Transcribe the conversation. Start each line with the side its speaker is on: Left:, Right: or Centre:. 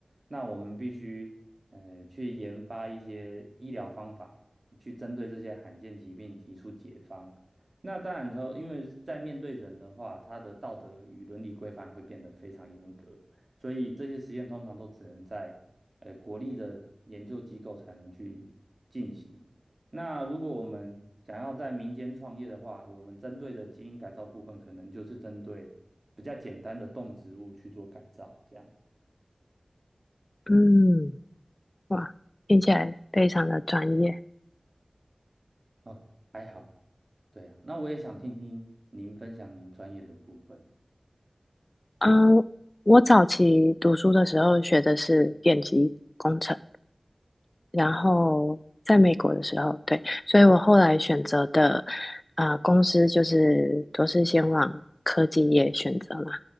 Right: 那我们必须呃去研发一些医疗方法去针对这些罕见疾病提出解方。那当然之后，因为在面对人的话，他的道德与伦理规范会变得非常严格，所以这些实验通常都只能在呃国立的研究机构才能去进行。那如果我们想要在民间创业的话，我们针对的基因改造部分，可能就是针对比较简单的动植物去做改造，这样
Left: 嗯，哇，听起来非常的专业。
Right: 哦，还好啦。对啊，那我也想听听您分享您专业的部分。
Left: 嗯，我早期读书的时候学的是电机工程，然后在美国的时候，对，所以我后来选择的啊呃公司就是都是先往科技业选择嘛。